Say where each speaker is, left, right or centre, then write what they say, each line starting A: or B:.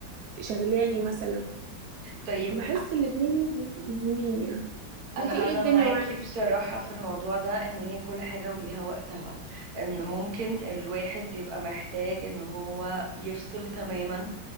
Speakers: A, on the right (about 75°); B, on the right (about 55°).
A: شغلاني مثلا
B: طيب
A: فبحس الاتنين مهمين يعني
B: انا
A: وانتي
B: انا
A: ايه الدنيا
B: معاكي
A: معاكي
B: بصراحة في الموضوع ده ان هي كل حاجة وليها وقتها ان ممكن الواحد يبقى محتاج ان هو يفصل تماما